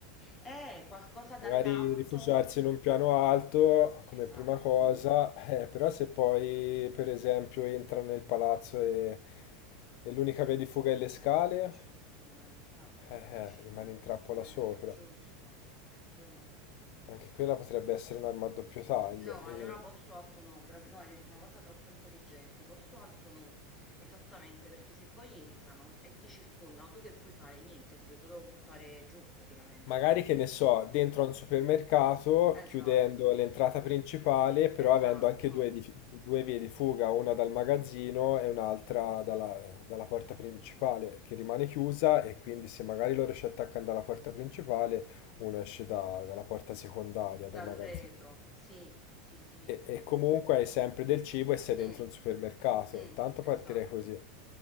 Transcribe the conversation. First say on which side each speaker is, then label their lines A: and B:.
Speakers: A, on the left (about 15°); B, on the left (about 55°).
A: Eh, qualcosa dall'alto.
B: Magari rifugiarsi in un piano alto come
A: Esatto,
B: prima cosa, eh, però se poi per esempio entrano nel palazzo e, e l'unica via di fuga è le scale,
A: eh, giusto, rimani in trappola,
B: eh, eh,
A: dici
B: rimane
A: tu.
B: in trappola
A: Eh,
B: sopra.
A: giusto, hai ragione.
B: Anche quella potrebbe essere un'arma a doppio taglio.
A: No,
B: E
A: allora posto alto no, bravi- no, hai detto una cosa troppo intelligente, posto alto no, esattamente, perché se poi entrano e ti circondano, tu che puoi fare? Niente, ti puoi solo buttare giù praticamente.
B: Magari che ne so, dentro a un supermercato,
A: Esatto,
B: chiudendo l'entrata principale, però
A: esatto,
B: avendo anche due, di- due vie di fuga, una dal magazzino e un'altra dalla, dalla porta principale, che rimane chiusa e quindi se magari loro ci attaccano dalla porta principale, uno esce da- dalla porta secondaria,
A: dal
B: dal magazzino.
A: retro, sì, sì, sì,
B: E, e comunque hai sempre del cibo e sei dentro
A: Mm,
B: un supermercato,
A: mm,
B: intanto
A: esatto.
B: partirei così.